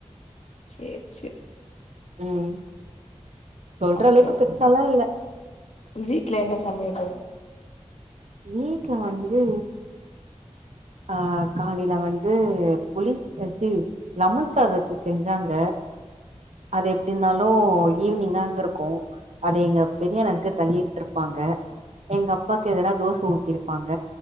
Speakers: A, on the left; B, on the right.
A: சேர் சேர்
B: ம் சொல்றளவுக்கு
A: ஓகே
B: பெருசாலா இல்ல
A: வீட்ல என்ன சமையலு
B: வீட்ல வந்து ஆ காலையில வந்து புலீஸ் அ ச்சி லெமன் சாதருக்கு செஞ்சாங்க அது எப்படிருந்தாலு ஈவி்னிங்கா இருந்துருக்கு அது எங்க பெரிய அண்ணனுக்கு தள்ளி விட்டுருப்பாங்க எங்க அப்பாக்கு எதுனா தோச ஊத்திருப்பாங்க